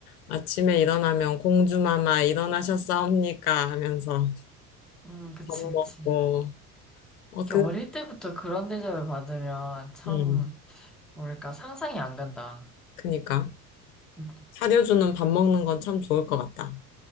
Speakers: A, on the left (about 70°); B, in the centre.
A: 아침에 일어나면 공주마마 일어나셨사옵니까 하면서
B: 응, 그치,
A: 밥 먹고
B: 그치.
A: 어
B: 이렇게
A: 그
B: 어릴 때부터 그런 대접을 받으면 참,
A: 음.
B: 뭐랄까, 상상이 안 간다.
A: 그니까
B: 응.
A: 사려주는 밥 먹는 건 참 좋을 것 같다.